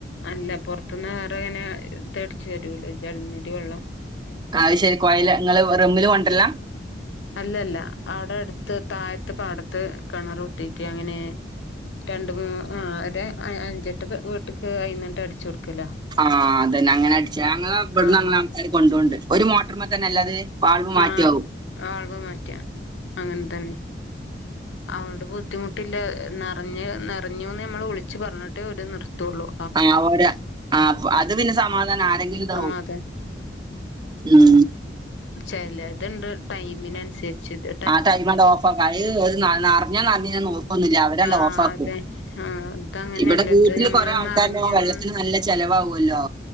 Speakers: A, on the left; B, on the right.
A: അല്ല പുറത്തുനിന്ന് വേറെങ്ങനെ ഇതടിച്ചു വരൂല ജലനിധി വെള്ളം
B: ആഹ് ശരി കൊയലാ ഇങ്ങള് റമ്മില് കൊണ്ടരലാ
A: അല്ലല്ലാ അവിടെ അടുത്ത് താഴത്ത് പാടത്ത് കിണർ കുത്തിക്കേ അങ്ങനെ രണ്ട് മൂന്ന് ആ അതെ അഞ്ചട്ട് വീട്ടിക്ക് അയിന്നെട്ട് അടിച്ചു കൊടുക്കലാ
B: ആഹ് അതന്നെ അങ്ങനെ അടിച്ച് ഞങ്ങള്ടെ ഇവിടുന്ന്
A: ആഹ്
B: അങ്ങനെ ആൾക്കാര് കൊണ്ടൊവണ്ട് ഒരു മോട്ടർമ തന്നെ അല്ലത് വാൾവ് മാറ്റാവും
A: ആഹ് വാൾവ് മാറ്റാ അങ്ങനെ തന്നെ അവോണ്ട് ബുദ്ധിമുട്ടില്ല നിറഞ് നെറഞ്ഞുന്ന് നമ്മള് വിളിച്ച് പറഞ്ഞിട്ടേ ഓര് നിർത്തൊള്ളൂ.
B: ആഹ് ഓരാ ആഹ് അത് പിന്നെ സമാധാനം ആരെങ്കിലുണ്ടാവും.
A: സമാധാനം
B: ഉം
A: ചെലേത്ണ്ട് ടൈമിനനുസരിച്ചിട്ട്
B: ആഹ് ടൈമങ്ങട്ട് ഓഫാക്കും അഹ് അത് നറഞ്ഞോ നറഞ്ഞില്ലേ ഇങ്ങനെ നോക്കൊന്നുല്ല അവരങ്ങട്ട്
A: ആഹ്
B: ഓഫാക്കും
A: അതെ ആഹ് ഇതങ്ങനെയല്ല
B: ഇവടെ വീട്ടിൽ
A: ഇത് ഞമ്മള്
B: കൊറേ ആൾക്കാരുണ്ടാകുമ്പോ
A: നറഞ്ഞൂന്ന്
B: വെള്ളത്തിന് നല്ല ചെലവാവോല്ലോ